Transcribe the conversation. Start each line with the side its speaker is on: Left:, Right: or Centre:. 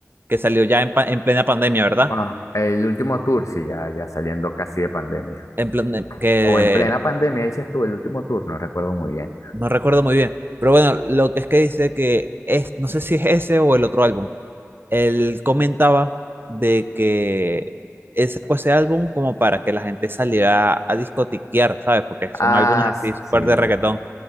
Right: que salió ya en, pa- en plena pandemia, ¿verdad?
Left: Bueno, el último tour, sí, ya, ya saliendo casi de pandemia.
Right: En plan que
Left: O en plena pandemia, dices tú, el último tour, no recuerdo muy bien.
Right: no recuerdo muy bien, pero bueno, lo que es que dice que es, no sé si es ese o el otro álbum él comentaba de que él sacó ese álbum como para que la gente saliera a discotiquear, ¿sabes? Porque son
Left: Ah,
Right: álbumes así súper
Left: sí,
Right: de reggaetón.